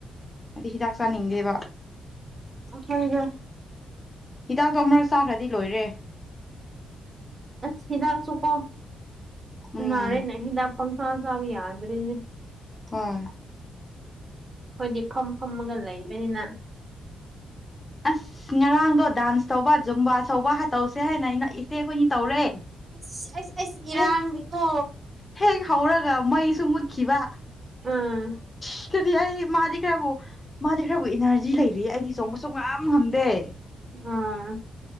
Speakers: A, on the left; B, on the right.
A: ꯍꯥꯏꯗꯤ ꯍꯤꯗꯥꯛ ꯆꯥꯅꯤꯡꯗꯦꯕ
B: ꯍꯣꯏꯗ
A: ꯍꯤꯗꯥꯛꯇꯣ ꯑꯃꯛꯔꯛ ꯆꯥꯈ꯭ꯔꯗꯤ ꯂꯣꯏꯔꯦ
B: ꯑꯠꯁ ꯍꯤꯗꯥꯛꯁꯨ ꯀꯥꯞ
A: ꯎꯝ
B: ꯅꯔ‌ꯦꯅ‌ꯦ ꯍꯤꯗꯥꯛ ꯄꯪꯆꯥ ꯆꯥꯕ ꯌꯗꯔ‌ꯦꯅ‌ꯦ
A: ꯍꫭꯏ
B: ꯑꯩꯈꯣꯏꯗꯤ ꯐꯝ ꯐꯝꯃꯒ ꯂꯩꯕꯅꯤꯅ
A: ꯑꯁ ꯉꯔꯥꯡꯗꯣ ꯗꯥꯟꯁ ꯇꯧꯕ ꯖꯨꯝꯕꯥ ꯆꫭꯡꯕ ꯇꯧꯁꯦ ꯍꯥꯏꯅ ꯑꯩꯅ ꯁꯦ ꯑꯩꯈꯣꯏꯅꯤ ꯇꯧꯔꯦ
B: ꯑꯁ ꯑꯩꯁ ꯑꯩꯁ ꯏꯔꯥꯡꯗꯤꯀꯣ
A: ꯍ‌ꯦ ꯍꯦꯛ ꯍꯧꯔꯒ ꯃꯩꯁꯨ ꯃꯨꯠꯈꯤꯕ
B: ꯎꯝ
A: ꯁꯤꯗꯗꯤ ꯑꯩ ꯃꯥꯗꯤ ꯈꯔꯕꯨ ꯃꯥꯗꯤ ꯈꯔꯕꯨ ꯏꯅꯔꯖꯤ ꯂꯩꯔꯤ ꯑꯩꯗꯤ ꯆꯣꯡꯕ ꯁꯨꯡꯉꯝ ꯉꯝꯗ‌‌ꯦ
B: ꯑꯥ